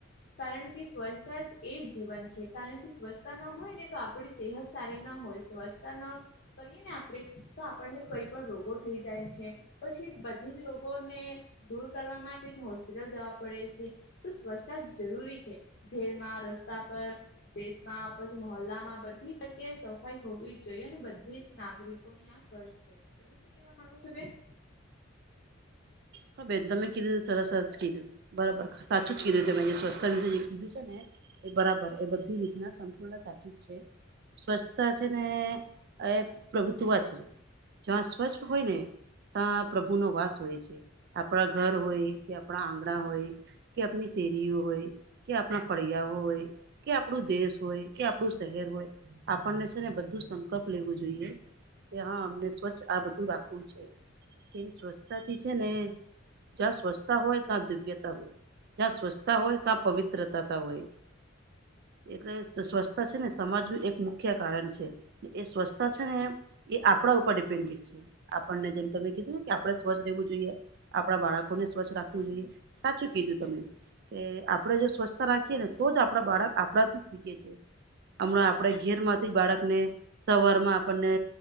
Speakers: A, on the left (about 55°); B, on the right (about 55°).
A: કારણ કે સ્વચ્છતા જ એ જ જીવન છે, કારણ કે સ્વચ્છતા ન હોય ને તો આપ આપડી સેહત સારી ના હોય, સ્વચ્છતા ન કરીએ ને આપણે તો આપણને કઈ પણ રોગો થઈ જાય છે, પછી બધી જ રોગો ને દૂર કરવા માટે હોસ્પિટલ જવા પડે છે, તો સ્વચ્છતા જરૂરી છે. ઘેરમાં રસ્તા પર. દેશમાં પછી મહોલ્લા માં બધી જ જગ્યાએ સફાઈ હોવી જ જોઈએ ને બધી જ નાગરિકોની ફર્ક છે, તમે શું કેવા માંગો છો બેન?
B: હા બેન તમે કીધું સરસ કીધું. બરાબર સાચું જ કીધું ત મે જે સ્વસ્થ વિશે જે કીધું છે ને. એ બરાબર એ બધી રીતના સંપૂર્ણ સાચું જ છે. સ્વચ્છતા છે ને એ પ્રભુત્વ છે. જ્યાં સ્વચ્છ હોય ને, ત્યાં પ્રભુ નો વાસ હોય છે, આપણા ઘર હોય કે આપણા આંગણા હોય. કે આપની શેરીઓ હોય, કે આપણા ફળિયાઓ હોય. કે આપણું દેશ હોય કે આપણું શહેર હોય, આપણને છે ને બધું સંકલ્પ લેવું જોઈએ. કે હા અમને સ્વચ્છ આ બધું રાખવું છે, કેમ સ્વચ્છતાથી છે ને જ્યા સ્વચ્છતા હોય ત્યા દિવ્યતા હોય. <unintelligible> એટલે સ્વચસ્થતા છે ને સમાજનું એક મુખ્ય કારણ છે. એ સ્વચ્છતા છે ને એ આપણા ઉપર ડિપેન્ડેટ છે, આપણને જેમ તમે કીધું કે આપણે સ્વચ્છ રહેવું જોઈએ, આપડા બાળકોને સ્વચ્છ રાખવું જોઈએ, સાચું કીધું તમે. કે આપણેે જો સ્વચ્થતા રાખીએ ને તો જ આપણા બાળક આપણાથી શીખે છે. હમણાં આપણે ઘેર માંથી બાળકને સવાર માં આપણને